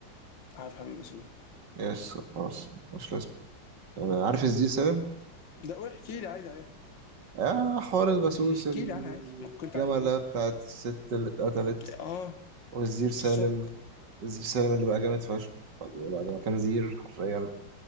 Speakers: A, on the left; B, on the right.
A: عارف حبيبي بسوم
B: يس خلاص مش لازم آه. عارف ازاي سالم؟
A: ده قول احكي لي عادي عادي
B: آه حوار البسوس
A: احكي
B: الجملة
A: لي عنها عادي ممكن كنت عن... ممكن...
B: بتاعت الست اللي اتقتلت
A: اه
B: والزير
A: بالظبط
B: سالم والزير سالم اللي بقى جامد فشخ بعد ما كان زير حرفيا